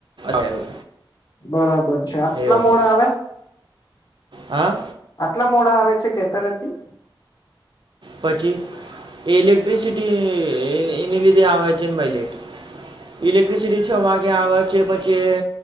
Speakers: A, on the right; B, on the left.
A: એવું.
B: બરાબર છે આટલા
A: એવું
B: મોડાે આવે
A: હા.
B: આટલા મોડા આવે છે ખેતરેથી
A: પછી ઇલેક્ટ્રિસિટી એને લીધે આવે છે ને બાઈલેેટ ઇલેક્ટ્રિસિટી છ વાગે આવે છે પછી